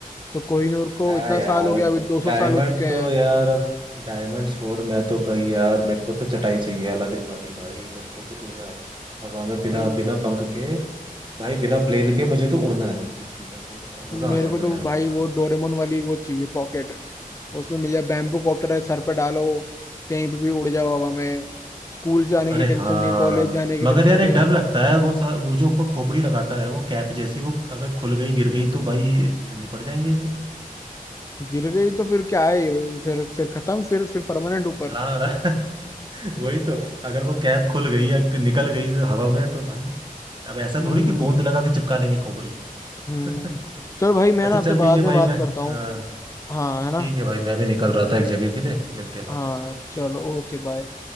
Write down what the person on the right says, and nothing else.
हटा
यार
डायमंड
तो यार अब डायमंड छोड़ मैं तो भाई यार मेरे को तो चटाई चाहिए अलादीन वाली भाई मेरे को तो उड़ना है हवा में बिना
बिना पंख के भाई बिना प्लेन के मुझे तो उड़ना है भाई कुछ भी करके बता
मजा आ जाएगा
यार
बता
रहा हूँ
हाँ,
अरे
हाँ
मगर
यार
एक डर लगता है वो सा, वो जो ऊपर खोपड़ी लगाता है वो कैप जैसी वो अगर खुल गई गिर गई तो भाई निपट जाएंगे फिर तो
हाँ <laughs> वही तो अगर वो कैप खुल गई या निकल गई हवा में तो भाई अब ऐसा
थोड़ी कि गोंद लगा के चिपका लेंगे खोपड़ी में
<laughs>
अच्छा
चल
ठीक है
भाई
मैं
हाँ
ठीक है भाई मैं भी निकल रहा था एक जगह के लिए मिलते हैं बाद
में चल